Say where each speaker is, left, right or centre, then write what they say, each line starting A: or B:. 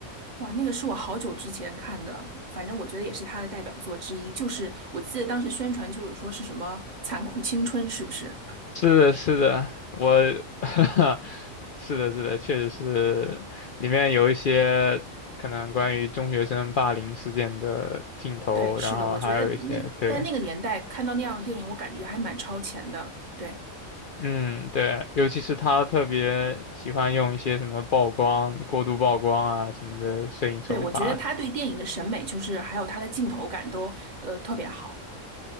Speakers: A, on the right; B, on the left.
A: 哇，那个是我好久之前看的，反正我觉得也是她的代表作之一，就是我记得当时宣传就是说是什么残酷青春，是不是？
B: 是的，是的，我，<laughs> 是的，是的，确实是，里面有一些可能关于中学生霸凌事件的镜头，
A: 对，是的，
B: 然后还有一些，
A: 我觉得那在那个年代看到那样的电影，
B: 对，
A: 我感觉还蛮超前的。对，
B: 嗯，对，尤其是他特别喜欢用一些什么曝光、过度曝光啊什么的摄影手法。
A: 对，我觉得他对电影的审美，就是还有他的镜头感都呃特别好。